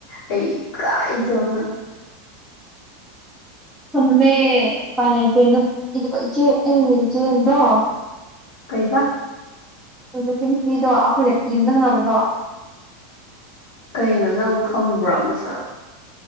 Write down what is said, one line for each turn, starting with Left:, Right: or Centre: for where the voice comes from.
Left: ꯑꯩ ꯀꯥꯢꯖꯕꯅ
Centre: ꯁꯨꯝꯃꯦ ꯎꯄꯥꯢ ꯂꯩꯇꯦ <unintelligible>
Left: ꯀꯩꯕ
Centre: ꯍꯧꯖꯤꯛꯀꯤ ꯅꯨꯄꯤꯗꯣ ꯑꯩꯈꯣꯢ ꯌꯨꯝꯗꯪꯅꯕꯗꯣ
Left: ꯀꯩꯅꯣ ꯅꯪ ꯈꯪꯕ꯭ꯔꯣ ꯃꯁꯛ